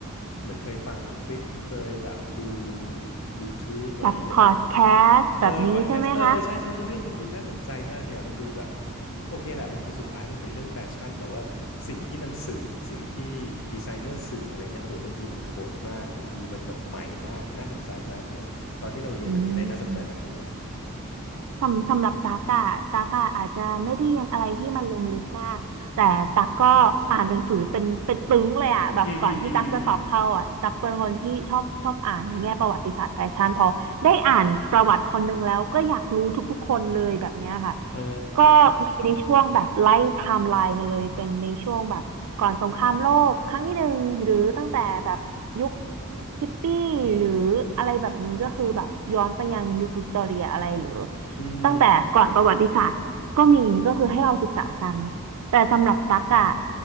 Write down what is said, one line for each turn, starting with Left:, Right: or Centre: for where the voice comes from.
Left: เหมือนเคยฟังคลิปเคยแบบดู YouTube อะไรอย่างเงี้ยแล้ว
Right: แบบพอดแคสต์แบบนี้ใช่ไหมคะ
Left: เออพอดแคสต์เออเออใช่ใช่แล้วเรื่องมันดูน่าสนใจมากเลยอะมันดูแบบโอเคแหละมันเป็นสุดท้ายมันเป็นเรื่องแฟชั่นแต่ว่าสิ่งที่มันสื่อสิ่งที่ดีไซเนอร์สื่ออะไรเงี้ยโอ้โหบางทีมันขบถมากบางทีมันแบบใหม่มากน่าสนใจมากเลยอะตอนที่เราเรียนมันมีอะไรน่าสนใจแบบนี้ป่ะครับ
Right: อืม สำสำหรับตากอะตากอะอาจจะไม่ได้เรียนอะไรที่มันลงลึกมากแต่ตักก็อ่านหนังสือเป็นเป็นปึ้งเลยอะแบบก่อนที่ตักจะสอบเข้าอะตักเป็นคนที่ชอบชอบอ่านในแง่ประวัติศาสตร์แฟชั่นพอได้อ่านประวัติคนหนึ่งแล้วก็อยากรู้ทุกๆคนเลยแบบเนี้ยค่ะ
Left: อืมอืมอืมอืมอืมเออ
Right: ก็มีในช่วงแบบไล่ไทม์ไลน์มาเลยเป็นในช่วงแบบก่อนสงครามโลกครั้งที่หนึ่งหรือตั้งแต่แบบยุคฮิปปี้หรืออะไรแบบนี้ก็คือแบบย้อนไปยังยุควิกตอเรียอะไรหรือ
Left: อืม
Right: ตั้งแต่ก่อนประวัติศาสตร์ก็มีก็คือให้เราศึกษากันแต่สำหรับตักอะ